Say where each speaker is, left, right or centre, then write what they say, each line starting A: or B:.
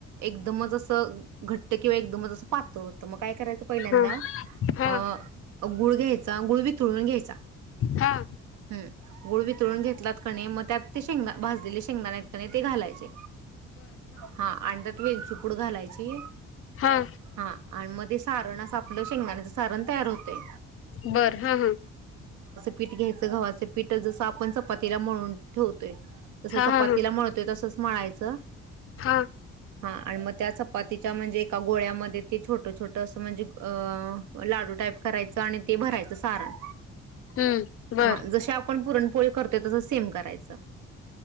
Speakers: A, on the right; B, on the left.
A: एकदमच असं घट्ट किंवा एकदमच असं पातळ होतं मग काय करायचं पहिल्यांदा.
B: हा
A: अं गुळ घ्यायचा गुळ व वितळून घ्यायचा.
B: हा हा
A: हम गुळ वितळून घेतलात की नाही मगं त्यात - भाजलेले शेंगदाणे आहेत का नाही ते घालायचे हा आणि त्यात वेलची - पुड घालायची
B: हा
A: हा मध्ये सारण असं. आपलं शेंगण्याचं सारण तयार होते.
B: बरं हा हा.
A: पीठ घ्यायचं गव्हांच पीठ जसं आपण चपातीला मळून ठेवतो. जस
B: हा
A: चपातीला
B: हा हा
A: मळतोयं तसचं मळायचं
B: हा
A: हा आणि मगं. त्या चपातीच्या म्हणजे एका गोळ्यामध्ये- ते छोटं छोटं असं म्हणजे लाडू टाईप करायचं आणि ते भरायचं सारण.
B: हम्म बर
A: हा जशी आपण पुरणपोळी करतोयं तसं सेम करायचं.